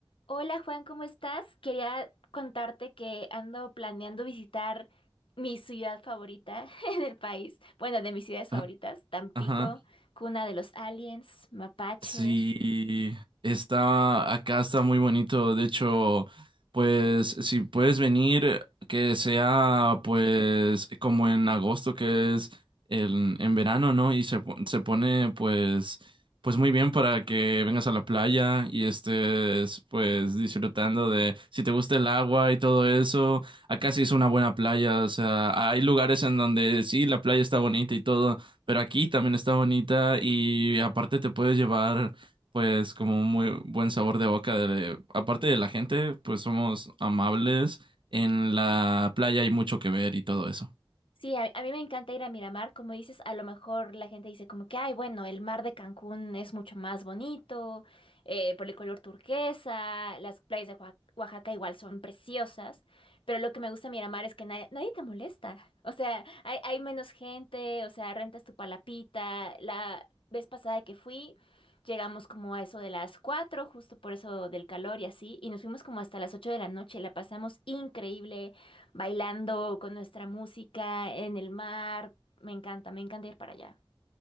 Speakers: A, on the left; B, on the right.
A: Hola Juan, ¿cómo estás? Quería contarte que ando planeando visitar mi ciudad favorita <laughs> en el país. Bueno, de mis ciudades favoritas,
B: Ah,
A: Tampico,
B: Ajá.
A: cuna de los aliens, mapaches.
B: Sí, está acá, está muy bonito. De hecho, pues si puedes venir, que sea pues como en agosto, que es el, en verano, ¿no? Y se, po- se pone pues, pues muy bien para que vengas a la playa y estés pues disfrutando de si te gusta el agua y todo eso. Acá sí es una buena playa, o sea, hay lugares en donde sí, la playa está bonita y todo pero aquí también está bonita y aparte te puedes llevar pues como un muy buen sabor de boca de, aparte de la gente, pues somos amables, en la playa hay mucho que ver y todo eso.
A: Sí, a, a mí me encanta ir a Miramar, como dices, a lo mejor la gente dice como que, ay, bueno, el mar de Cancún es mucho más bonito, eh, por el color turquesa, las playas de Oaxa- Oaxaca igual son preciosas, pero lo que me gusta de Miramar es que nadie, nadie te molesta, <laughs> o sea, hay, hay menos gente, o sea, rentas tu palapita, la vez pasada que fui, llegamos como a eso de las 4, justo por eso del calor y así, y nos fuimos como hasta las 8 de la noche, la pasamos increíble bailando con nuestra música en el mar. Me encanta, me encanta ir para allá.